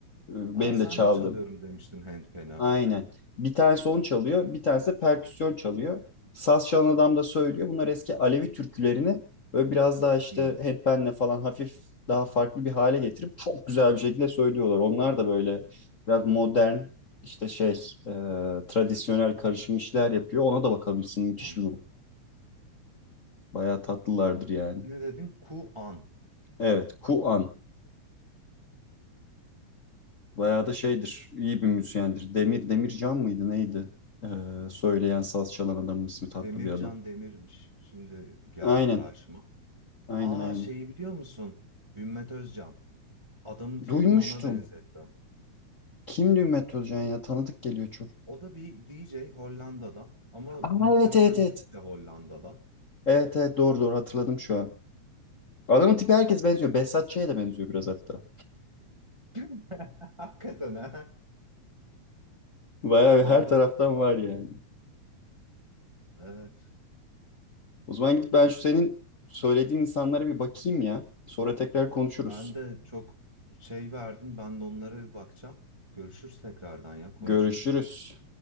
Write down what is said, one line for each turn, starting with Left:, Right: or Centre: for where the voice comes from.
Left: benim
Right: A sen
Left: de çaldığım.
Right: de çalıyorum demiştin handpan'a.
Left: Aynen. Bir tanesi onu çalıyor. Bir tanesi de perküsyon çalıyor. Saz çalan adam da söylüyor. Bunlar eski Alevi türkülerini böyle biraz daha işte
Right: Hmm,
Left: handpanle falan hafif daha farklı bir hale getirip çok güzel bir şekilde söylüyorlar. Onlar da böyle biraz modern işte şey e, tradisyonel karışım işler yapıyor. Ona da bakabilirsin. Müthiş
Right: anladım.
Left: bir grup. Bayağı tatlılardır yani.
Right: Ne dedin? Kuan.
Left: Evet, Kuan. Bayağı da şeydir, iyi bir müzisyendir. Demir, Demircan mıydı neydi? Ee, söyleyen, saz çalan adamın ismi tatlı
Right: Demircan
Left: bir adam.
Right: Demir'miş. Şimdi geldi
Left: Aynen,
Right: karşıma.
Left: aynen,
Right: Aa
Left: aynen.
Right: şeyi biliyor musun? Ümmet Özcan. Adamın tipini
Left: Duymuştum.
Right: ona benzettim.
Left: Kimdi Ümmet Özcan ya? Tanıdık geliyor çok.
Right: O da bir DJ Hollanda'dan ama
Left: Aa,
Right: muhtemelen
Left: evet, evet, evet.
Right: Türk de Hollanda'dan.
Left: Evet, evet, doğru doğru hatırladım şu an. Adamın tipi herkes benziyor. Behzat Ç'ye de benziyor biraz hatta.
Right: <laughs> Hakikaten ha.
Left: Bayağı bir
Right: Doğru.
Left: her taraftan var yani.
Right: Evet.
Left: O zaman gidip ben şu senin söylediğin insanlara bir bakayım ya. Sonra tekrar konuşuruz.
Right: Ben de çok şey verdin. Ben de onlara bir bakacağım. Görüşürüz tekrardan ya konuşuruz.
Left: Görüşürüz.